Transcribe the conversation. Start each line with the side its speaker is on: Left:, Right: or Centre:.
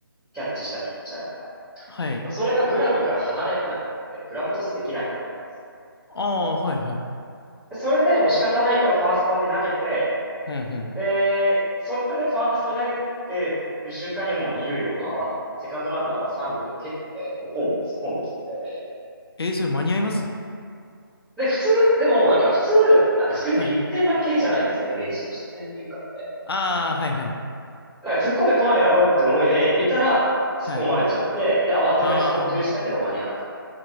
Centre: キャッチしたピッチャーが。
Left: はい。
Centre: それがグラブから離れなくって、グラブトスできなかったんですよ。
Left: ああ、はいはい。
Centre: でそれでもう仕方ないからファーストに投げて、
Left: うんうん。
Centre: で、それでファーストに投げてる瞬間にもう二塁を回って、セカンドランナーは三塁を蹴って、もうホームに突っ込んできてて。
Left: えー、それ間に合います
Centre: で、普通、でもなんか普通、なんかスクイズって1点だけじゃないですか、
Left: はい。
Centre: イメージとして先入観で。
Left: ああ、はいはい。
Centre: だから突っ込んでこないだろうって思いでいたら、突っ込まれちゃって、
Left: はい。
Centre: で、慌てて送球したけど間に合わなかっ
Left: ああ、